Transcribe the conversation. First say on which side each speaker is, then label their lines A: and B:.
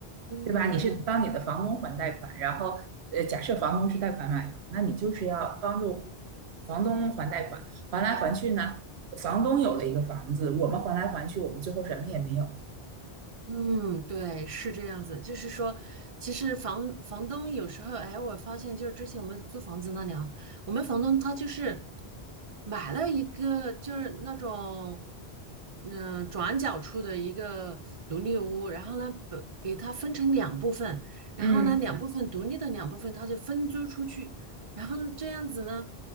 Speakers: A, on the right; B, on the right.
A: 嗯，
B: 对吧？你是嗯帮你的房东还贷款，然后呃，假设房东是贷款买房，那你就是要帮助房东还贷款，还来还去呢，房东有了一个房子，我们还来还去，我们最后什么也没有。
A: 嗯，对，是这样子。就是说，其实房房东有时候，哎，我发现就是之前我们租房子那里啊，我们房东他就是买了一个就是那种，嗯、转角处的一个独立屋，然后呢，把给它分成两部分，然后呢，
B: 嗯。
A: 两部分独立的两部分，他就分租出去，然后这样子呢，